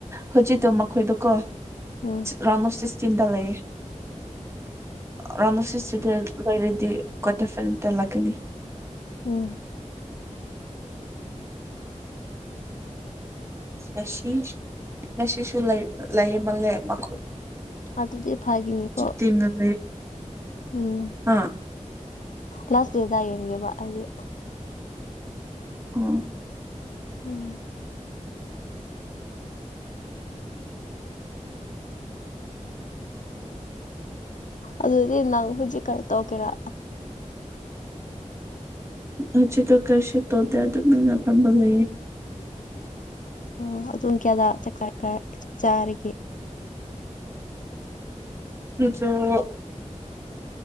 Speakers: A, on the right; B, on the left.
A: ꯍꯧꯖꯤꯛꯇꯣ ꯃꯈꯣꯏꯗꯀꯣ
B: ꯎꯝ
A: ꯔꯥꯎꯟ ꯑꯣꯐ ꯁꯤꯁ ꯆꯤꯟꯇꯥ ꯂꯩꯌꯦ ꯔꯅ ꯁ꯭ꯁꯗ ꯂꯣꯏꯔꯗꯤ ꯀꯣꯠꯇ ꯐꯅ ꯇꯜꯂꯛꯀꯅꯤ
B: ꯎꯝ
A: ꯉꯁꯤꯁꯨ ꯉꯁꯤꯁꯨ ꯂꯩ ꯂꯩꯌꯦꯃꯜꯂꯦ ꯃꯈꯜ
B: ꯑꯗꯨꯗꯤ ꯐꯥꯒꯤꯅꯤꯀꯣ
A: ꯇꯤꯝꯅ ꯂꯩ
B: ꯎꯝ
A: ꯑꯥ
B: ꯂꯥꯁ ꯗꯦꯗ ꯌꯦꯡꯦꯕ ꯑꯩꯗꯤ
A: ꯑ
B: ꯎꯝ ꯑꯗꯨꯗꯤ ꯅꯪ ꯍꯧꯖꯤꯛ ꯀꯥꯏ ꯇꯧꯒꯦꯔꯥ
A: ꯍꯧꯖꯤꯠꯇꯣ ꯀꯩꯁꯤ ꯇꯣꯗꯦ ꯑꯗꯨꯝꯅꯅꯄꯥꯝꯕ ꯂꯩꯌꯦ
B: ꯎ ꯑꯗꯨꯝ ꯀꯌꯥꯗ ꯆ ꯆꯥꯔꯒꯦ
A: ꯁꯨꯣ <unintelligible> <inaudible>